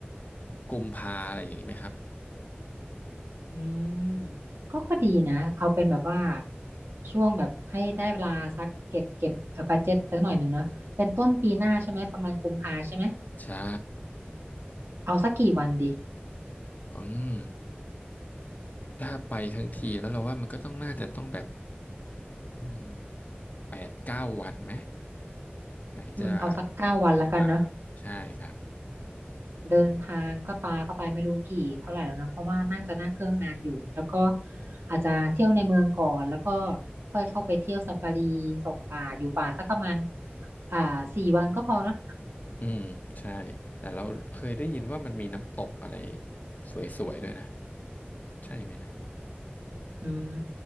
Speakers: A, on the left (about 45°); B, on the right (about 80°).
A: กุมภาอะไรอย่างนี้ไหมครับ
B: อืมก็ก็ดีนะเอาเป็นแบบว่าช่วงแบบให้ได้เวลาสักเก็บเก็บเอ่อบัดเจ็ตสักหน่อยหนึ่งเนาะเป็นต้นปีหน้าใช่ไหมประมาณกุมภาใช่ไหม
A: ใช่
B: เอาสักกี่วันดี
A: อืมถ้าไปทั้งทีแล้วเราว่ามันก็ต้องน่าจะต้องแบบอืมแปดเก้าวันไหมไหนจะ
B: อืมเอาสักเก้าวันแล้วกันเนาะ
A: เดินทางใช่ครับ
B: เดินทางก็ปาเข้าไปไม่รู้กี่เท่าไหร่แล้วเนาะเพราะว่าน่าจะนั่งเครื่องนานอยู่แล้วก็อาจจะเที่ยวในเมืองก่อนแล้วก็ค่อยเข้าไปเที่ยวซาฟารีส่องป่าอยู่ป่าสักประมาณอ่าสี่วันก็พอเนาะ
A: อืมใช่แต่เราเคยได้ยินว่ามันมีน้ำตกอะไรสวยๆด้วยนะ ใช่ไหมนะ
B: อืม